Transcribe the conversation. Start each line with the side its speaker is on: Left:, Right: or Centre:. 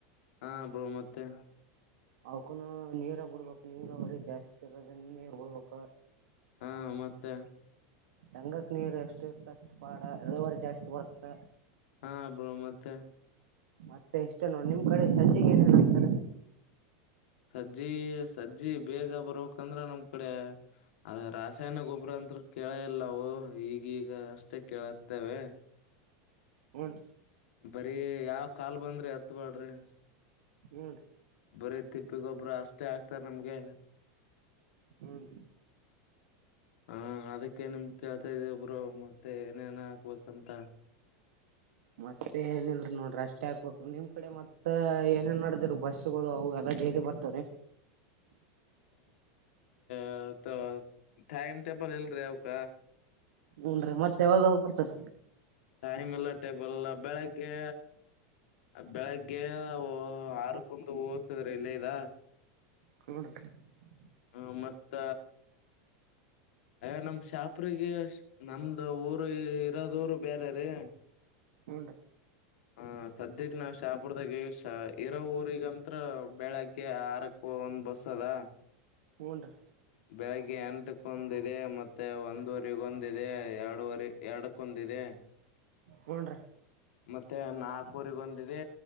Left: ಹಾ ಬೋ ಮತ್ತೆ
Right: ಅವಕನ ನೀರ ಬಿಡ್ಬಕ್ ನೀರ ಬರಿ ಜಾಸ್ತಿ ಇರದ ನೀರ್ ಬಿಡ್ಬೇಕ
Left: ಹಾ ಮತ್ತೆ
Right: ಸಂಗಕ್ ನೀರು ಎಷ್ಟು ಇರ್ತ ಅಷ್ಟು ಬಾಡ ಎವರಿ ಜಾಸ್ತಿ ಬರುತ್ತೆ
Left: ಹಾಬೋ ಮತ್ತೆ
Right: ಮತ್ತೆ ಎಷ್ಟೇನೋ ನಿಮ್ ಕಡೆ ಸಜ್ಜಿಿಗೆ ಏನೇನ್ ಆಕ್ತಾರೆ
Left: ಸಜ್ಜಿ ಸಜ್ಜಿ ಬೇಗ ಬರ್ಂದ್ರ ನಮ್ ಕಡೆ ಅದ ರಾಸಾಯನ ಗೊಬ್ಬ್ರ ಅಂತರು ಕೇಳ ಇಲ್ಲ ನಾವು ಈಗೀಗ ಮ ಕೇಳುತ್ತೇವೆ
Right: ಹ್ನ್
Left: ಬರೀ ಯಾವ ಕಾಲ್ ಬಂದ್ರೆ ಎತ್ಬಾಡ್ರಿ
Right: ಹ್ಮೀ
Left: ಬರೀ ತಿಪ್ಪಿಗೊಬ್ಬ್ರ ಅಷ್ಟೇ ಆಗ್ತಾರ ನಮ್ಗೆ
Right: ಹೂನ್
Left: ಹಾ ಅದ <unintelligible> <unintelligible> ಅಕೆ ನಿಮ್ ಕೇಳ್ತಾ ಇದ ಒಬ್ರು ಮತ್ತೆ ಏನೇನ ಹಾಕ್ಬೇಕಂತ
Right: ಮತ್ತೆ ಏನಲ್ರ ನೋಡ್ರಿ ಅಷ್ಟೇ ಹಾಕ್ಬೇಕ ನಿಮ್ ಕಡೆ ಮತ್ತತ್ ಏನೇನ್ ನೋಡಿದ್ರರು ಬಸ್ಗಳು ಅವು ಎಲ್ಲ ಡೈಲಿ ಬರ್ತಾರೆ
Left: <unintelligible> ವಾ ಟೈಮ್ ಟೇಬಲ್ ಇಲ್ರಿ ಅವಕ
Right: <unintelligible> ಹನ್ರೀ ಮತ್ತೆ ಯಾವಾಗ ಹೋಗಬರ್ತಾರ
Left: ಟೈಮ್ ಎಲ್ಲ ಟೇಬಲ್ ಬೆಳಗ್ಗೆ ಬೆಳಗ್ಗೆ ಆರ್ಕ್ಕಂದು ಓದ್ತದ್ರಿ ಇಲ್ಲೇ ಇದ
Right: ಹಡ <unintelligible>
Left: <unintelligible> ಹ ಮತ್ತ ಅ ನಮ ಶಾಪ್ರಿಗೆ ನಮ್ದು ಊರು ಇರೋದ ಬೇರೆ ರೀ
Right: ಹುನ್ ರಿ
Left: ಹ ಸದ್ಯಕ್ ನಾವ್ ಶಾಪುರ್ದಾಗ ಇರೋ ಊರಿಗಂತ್ರ ಬೆಳಗ್ಗೆ ಆರಕ್ <unintelligible> ಒಂದ್ ಬಸ್ ಅದಾ
Right: ಹುನ್ ರಿ
Left: ಬಗ್ಗೆ ಎಂಟ ಕು ಒಂದ ಇದೆ ಮತ್ತೆ ಒಂದುವರಿ ಒಂದಿದೆ ಎರಡುವರಿ ಎರಡಕ್ಕಂದ ಇದೆ ಹ <unintelligible>
Right: ಹ ರಿ
Left: ಮತ್ತೆ ನಾಲ್ಕೂರಿಗೊಂದಿದೆ